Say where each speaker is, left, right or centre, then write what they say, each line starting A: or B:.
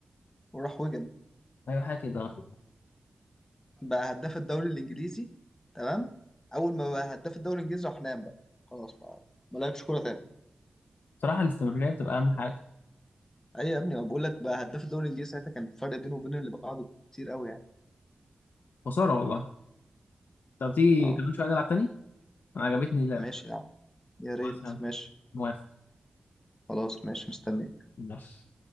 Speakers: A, on the left (about 20°); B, on the left (about 85°).
A: وراح وجع
B: ايوه حاجه كده آه.
A: بقى هداف الدوري الانجليزي تمام اول ما بقى هداف الدوري الانجليزي راح نام بقى خلاص بقى ما لعبش كوره تاني
B: بصراحه الاستمراريه بتبقى اهم حاجه
A: ايوه يا ابني ما بقول لك بقى هداف الدوري الانجليزي ساعتها كان الفرق بينه وبين اللي بعده كتير قوي يعني
B: خساره والله طب تيجي
A: اه
B: كمان شويه نلعب تاني انا عجبتني اللعبه
A: ماشي يا عم يا ريت
B: خلاص يا عم،
A: ماشي
B: موافق
A: خلاص ماشي مستني
B: ماشي